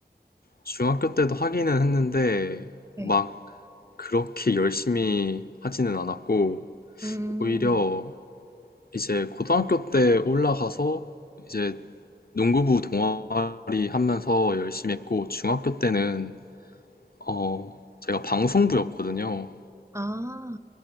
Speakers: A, on the left; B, on the right.
A: 중학교 때도 하기는 했는데
B: 네.
A: 막 그렇게 열심히 하지는 않았고
B: 음,
A: 오히려 이제 고등학교 때 올라가서 이제 농구부 동아리 하면서 열심히 했고 중학교 때는 어 제가 방송부였거든요.
B: 아,